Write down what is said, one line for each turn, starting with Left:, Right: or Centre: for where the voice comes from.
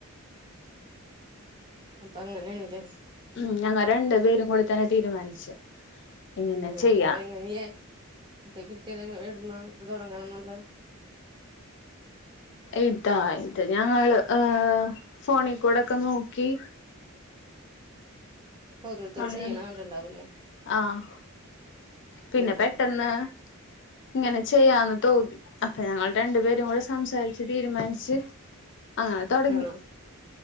Right: അപ്പ അങ്ങനേണ് ലെ.
Left: ഉം, ഞങ്ങ രണ്ട് പേരും കൂടി തന്നെ തീരുമാനിച്ച്. ഇങ്ങനെ
Right: ആഹാ
Left: ചെയ്യാം
Right: ഇപ്പ എങ്ങനെയ ഇപ്പ കിട്ടിയത് എവിട്ന്നാ ഇത് തൊട്ങ്ങണംന്ന്ള്ള
Left: ഇതാ ഇത് ഞങ്ങള് ഏഹ് ഫോണി കൂടെക്ക നോക്കി
Right: ഓരോരുത്തർ
Left: അങ്ങനെ
Right: ചെയ്യണ കണ്ടിണ്ടാവൂലേ
Left: ആഹ് പിന്നെ
Right: ഉം
Left: പെട്ടെന്ന് ഇങ്ങനെ ചെയ്യാന്ന് തോന്നി അപ്പ ഞങ്ങള് രണ്ട് പേരും കൂടി സംസാരിച്ച് തീരുമാനിച്ച് അങ്ങനെ തൊടങ്ങി
Right: ആഹ്